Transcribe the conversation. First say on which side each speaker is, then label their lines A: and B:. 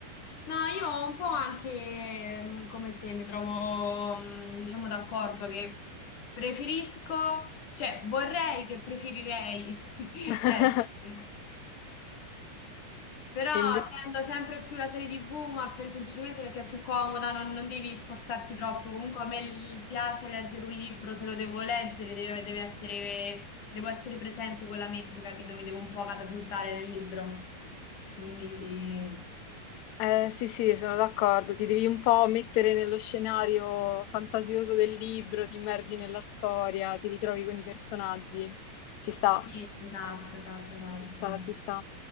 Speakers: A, on the left; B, on the left.
A: no, io un po' anche mm, come te mi trovo, mm, diciamo, d'accordo che preferisco, cioè vorrei che preferirei <laughs>
B: <laughs>
A: leggere. Però
B: E inve-
A: tendo sempre più la serie TV, ma per- semplicemente perché è più comoda, non, non devi sforzarti troppo. Comunque a me l- piace leggere un libro, se lo devo leggere, deve, deve essere, devo essere presente con la mente, capito? Mi devo un po' catapultare nel libro. Quindi
B: eh, sì, sì, sono d'accordo, ti devi un po' mettere nello scenario fantasioso del libro, ti immergi nella storia, ti ritrovi con i personaggi, ci sta.
A: sì, esatto, esatto, esatto.
B: Ci sta, ci sta.